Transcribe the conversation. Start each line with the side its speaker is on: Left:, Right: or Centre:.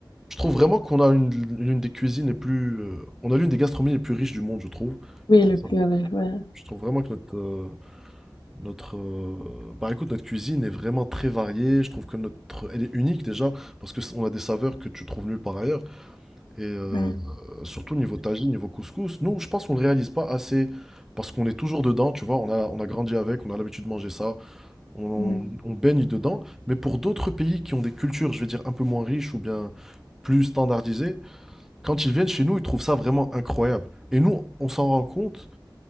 Centre: Je trouve vraiment qu'on a une, l'une des cuisines les plus, euh, on a l'une des gastronomies les plus riches du monde, je trouve.
Left: Oui,
Centre: Je trouve
Left: le
Centre: ça-
Left: plus avec, ouais.
Centre: je trouve vraiment que notre, euh, Notre, euh, bah écoute, notre cuisine est vraiment très variée. Je trouve que notre, elle est unique déjà parce que c- on a des saveurs que tu trouves nulle part ailleurs. Et euh,
Left: Ouais.
Centre: surtout niveau tagine, niveau couscous, nous, je pense qu'on le réalise pas assez parce qu'on est toujours dedans. Tu vois, on a, on a grandi avec, on a l'habitude de manger ça, on,
Left: Ouais.
Centre: on baigne dedans. Mais pour d'autres pays qui ont des cultures, je vais dire un peu moins riches ou bien plus standardisées, quand ils viennent chez nous, ils trouvent ça vraiment incroyable. Et nous, on s'en rend compte